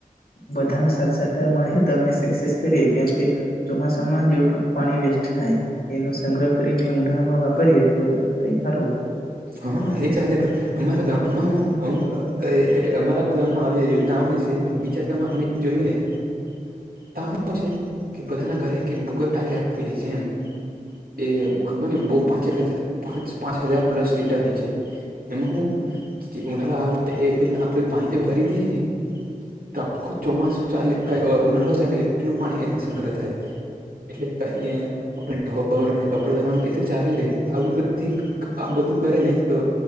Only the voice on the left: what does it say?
બધાનો સાથ સહકાર મળે તો અમે સક્સેસ કરીએ કેમ કે ચોમાસામાં જો એટલું પાણી વેસ્ટ થાય એનો સંગ્રહ. કરીને ઊંડામાં વાપરીએ, તો તે કઈ સારું.